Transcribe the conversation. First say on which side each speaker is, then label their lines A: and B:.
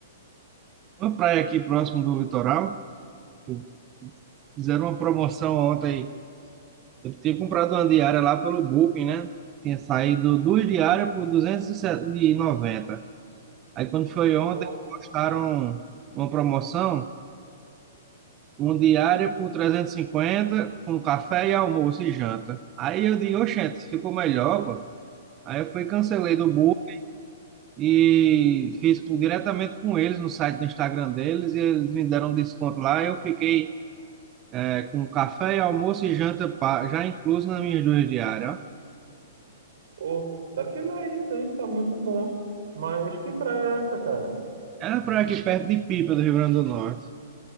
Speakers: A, on the right; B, on the right.
A: Uma praia aqui próximo do litoral, eu- fizeram uma promoção ontem, eu tinha comprado uma diária lá pelo Booking, né? Tinha saído duas diárias por R$ duzentos e noventa. Aí quando foi ontem,
B: Pô,
A: postaram uma promoção, um diária por 350 com café e almoço e janta. Aí eu disse, oxente, ficou melhor, pô. Aí eu fui, cancelei do book e fiz com- diretamente com eles no site do Instagram deles e eles me deram um desconto lá. e Eu fiquei é, com café almoço e janta pa- já incluso nas minhas duas diárias. ó.
B: pô, tá fila isso, hein? Tá muito bom. Mas que praia é essa, cara?
A: Era uma praia aqui perto de Pipa, do Rio Grande do Norte.